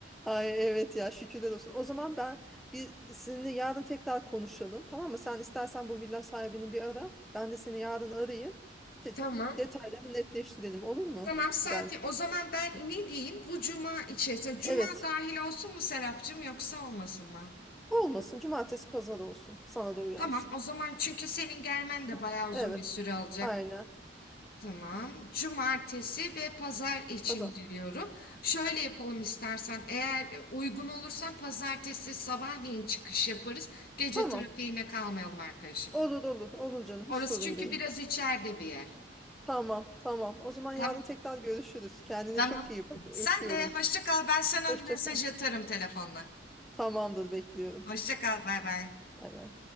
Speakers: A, in the centre; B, on the left (about 55°).
A: Ay evet ya şükürler olsun. O zaman ben bir seninle yarın tekrar konuşalım tamam mı? Sen istersen bu villa sahibini bir ara. Ben de seni yarın arayayım. Te-
B: Tamam.
A: detayları netleştirelim olur mu?
B: Tamam saati.
A: Biz bence.
B: O zaman ben ne diyeyim? Bu cuma içerisinde. Cuma
A: Evet.
B: dahil olsun mu Serapcığım yoksa olmasın mı?
A: Olmasın cumartesi pazar olsun. Sana da uyarsa.
B: Tamam o zaman çünkü senin gelmen
A: Aha,
B: de bayağı uzun
A: Evet.
B: bir süre alacak.
A: Aynen.
B: Tamam. Cumartesi ve pazar için
A: Pazar.
B: diliyorum. Şöyle yapalım istersen. Eğer uygun olursan pazartesi sabahleyin çıkış yaparız. Gece
A: Tamam.
B: trafiğine kalmayalım arkadaşım.
A: Olur olur. Olur canım
B: Orası
A: hiç sorun
B: çünkü
A: değil.
B: biraz içeride bir yer.
A: Tamam, tamam. O zaman
B: Tamam.
A: yarın tekrar görüşürüz. Kendine
B: Tamam.
A: çok iyi bak. Öpüyorum.
B: Sen de hoşça kal. Ben sana
A: Hoşça
B: mesaj
A: kal.
B: atarım telefonla.
A: Tamamdır, bekliyorum.
B: Hoşça kal. Bay bay.
A: Bay bay.